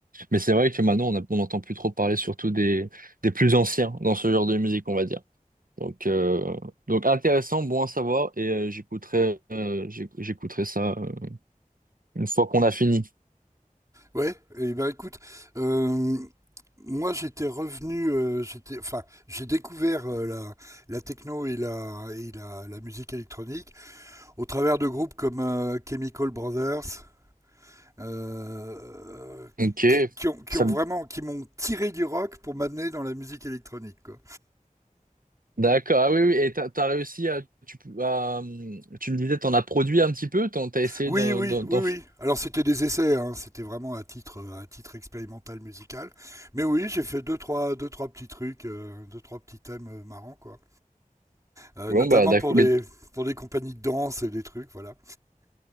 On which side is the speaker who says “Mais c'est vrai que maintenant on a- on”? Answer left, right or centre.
Right